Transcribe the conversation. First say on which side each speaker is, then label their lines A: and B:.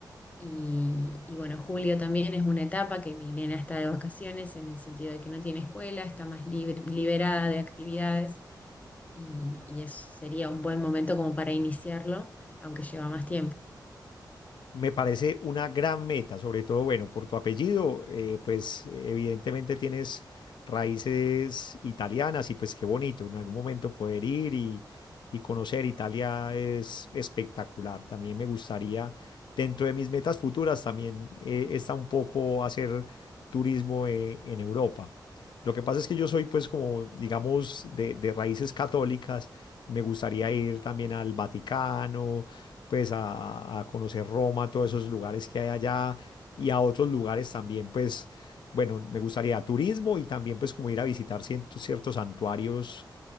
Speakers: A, on the left; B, on the left.
A: Y, y bueno, julio también es una etapa que mi nena está de vacaciones en el sentido de que no tiene escuela, está más libre- liberada de actividades y, y es- sería un buen momento como para iniciarlo, aunque lleva más tiempo.
B: Me parece una gran meta, sobre todo, bueno, por tu apellido, eh, pues evidentemente tienes raíces italianas y pues qué bonito en algún momento poder ir y, y conocer Italia es espectacular. También me gustaría, dentro de mis metas futuras, también eh, está un poco hacer turismo eh, en Europa. Lo que pasa es que yo soy pues como, digamos, de, de raíces católicas y me gustaría ir también al Vaticano pues a, a conocer Roma, todos esos lugares que hay allá y a otros lugares también, pues bueno, me gustaría turismo y también pues como ir a visitar ciertos, ciertos santuarios